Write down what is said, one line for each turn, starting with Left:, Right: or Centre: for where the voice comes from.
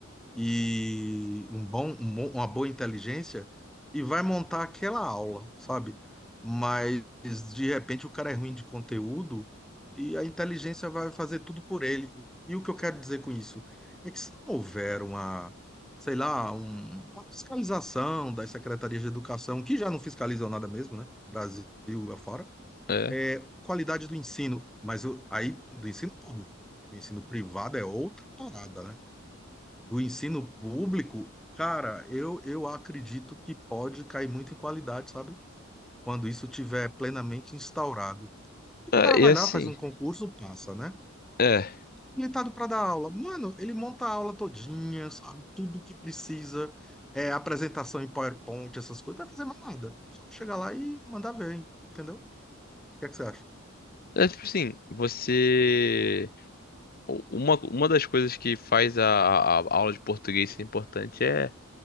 Centre: e um bom, um bom- uma boa inteligência e vai montar aquela aula, sabe? Mas de repente o cara é ruim de conteúdo e a inteligência vai fazer tudo por ele. E o que eu quero dizer com isso é que se não houver uma, sei lá, um- uma fiscalização das secretarias de educação, que já não fiscalizam nada mesmo, né? Brasil afora,
Left: é.
Centre: é qualidade do ensino, mas o- aí do ensino público. O ensino privado é outra parada, né? do ensino público, cara, eu, eu acredito que pode cair muito em qualidade, sabe? Quando isso tiver plenamente instaurado. O
Left: Ah,
Centre: cara
Left: e
Centre: vai
Left: assim,
Centre: lá, faz um concurso, passa, né?
Left: é.
Centre: Habilitado para dar aula. Mano, ele monta a aula todinha, sabe? Tudo que precisa, é, apresentação em PowerPoint, essas coisas, não vai fazer mais nada. Só chegar lá e mandar ver, entendeu? O que é que você acha?
Left: É tipo assim, você. Uma, uma das coisas que faz a, a a aula de português ser importante é